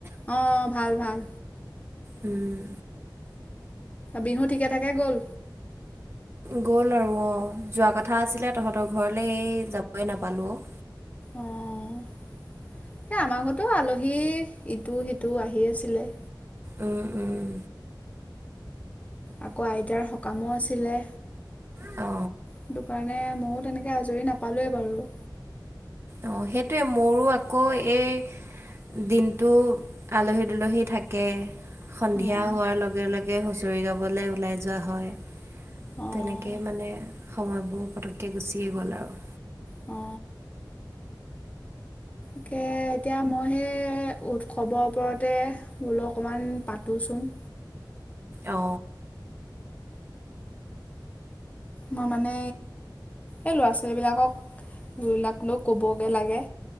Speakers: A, on the left (about 20°); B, on the right (about 35°).
A: অ' ভাল ভাল।
B: উম।
A: বিহু ঠিকে থাকে গ'ল?
B: গ'ল আৰু অ'। যোৱা কথা আছিলে তহঁতৰ ঘৰলৈ এই যাবই নাপালোঁ অ'।
A: এই আমাৰ ঘৰতো আলহী ইটো সিটো আহি আছিলে।
B: উম-উম।
A: আকৌ আইতাৰ সকামো আছিলে।
B: অ
A: সেইটো কাৰণে ময়ো তেনেকৈ আজৰি নাপালোৱোৱেই বাৰু।
B: অ সেইটোৱে মোৰো আকৌ এই দিনটো আলহী-দুলহী থাকে। সন্ধিয়া
A: অঁ
B: হোৱাৰ লগে লগে হুঁচৰি গাবলৈ ওলাই যোৱা হয়।
A: অঁ।
B: তেনেকৈ মানে সময়বোৰ পটককৈ গুচিয়ে গ'ল আৰু।
A: অ। তাকে এতিয়া মই সেই উৎসৱৰ ওপৰতে বোলো অকণমান পাতোচোন।
B: অ।
A: মই মানে এই ল'ৰা ছোৱালীবিলাকক এইবিলাক লৈ ক'বগৈ লাগে।